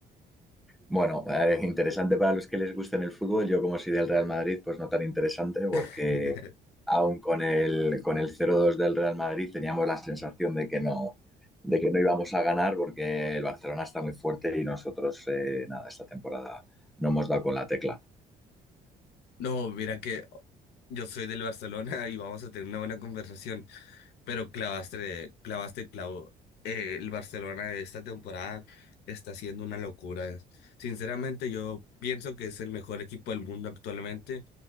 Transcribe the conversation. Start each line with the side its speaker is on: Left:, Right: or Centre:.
Centre: Bueno, eh, es interesante para los que les gusta el fútbol. Yo, como soy del Real Madrid, pues no tan interesante, porque
Left: <laughs>
Centre: aún con el, con el cero dos del Real Madrid teníamos la sensación de que no, de que no íbamos a ganar, porque el Barcelona está muy fuerte y nosotros, eh, nada, esta temporada no hemos dado con la tecla.
Left: No, mira que yo soy del Barcelona y vamos a tener una buena conversación. pero clavaste, clavaste el clavo. Eh, el Barcelona de esta temporada está siendo una locura. Sinceramente, yo pienso que es el mejor equipo del mundo actualmente.